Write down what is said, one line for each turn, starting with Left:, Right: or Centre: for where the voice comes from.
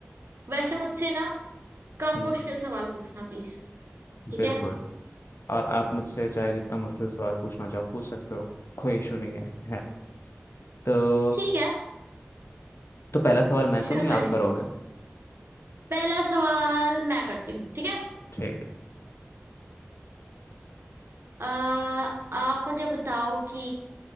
Right: वैसे मुझसे ना कम
Left: हम्म
Right: मुश्किल सवाल पूछना प्लीज ठीक
Left: बिल्कुल
Right: है
Left: और आप मुझसे चाहे जितना मुश्किल सवाल पूछना चाहो पूछ सकते हो कोई इशू नहीं है <laughs> तो
Right: ठीक है
Left: तो पहला सवाल मैं करूँ
Right: शुरू
Left: या
Right: करें
Left: आप करोगे
Right: पहला सवाल मैं करती हूँ ठीक है
Left: ठीक
Right: आ, आप मुझे बताओ कि